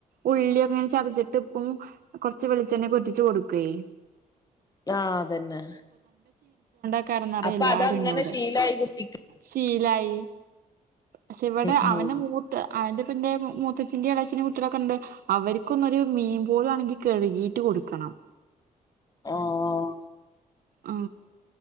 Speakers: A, on the right; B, on the left.
A: ഉള്ളിക്കെ ഇങ്ങനെ ചതച്ചിട്ട് ഇപ്പും കൊറച്ച് വെളിച്ചെണ്ണ ഒക്കെ ഒറ്റിച്ച് കൊടുക്കയേ
B: ആഹ അതന്നെ
A: ക്കാരന്നറിയാം
B: അപ്പൊ
A: എല്ലാരും
B: അതങ്ങനെ
A: ഇന്നോട്
B: ശീലായി കുട്ടിക്ക്
A: ശീലായി പക്ഷെ ഇവിടെ
B: ഉം
A: അവന
B: ഉം
A: മൂത്ത് അത് പിന്നെ മുത്തച്ഛന്റെ ഇളയച്ഛന്റെ കുട്ടികളൊക്കെണ്ട് അവർക്കൊന്നും ഒരു മീൻ പോലു അനങ്ങീട്ട് കഴുകിട്ട്പോലും കൊടുക്കണം
B: ആഹ
A: ഹ